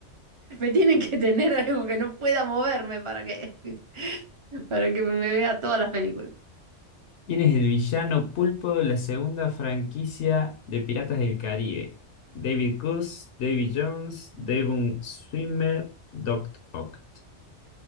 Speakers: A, on the right; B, on the left.
A: tienen que tener algo que no pueda moverme para que, <laughs> para que me vea todas las películas.
B: ¿Quién es el villano pulpo de la segunda franquicia de Piratas del Caribe? David Coase, David Jones, Devon Swimmer, Doc Ock.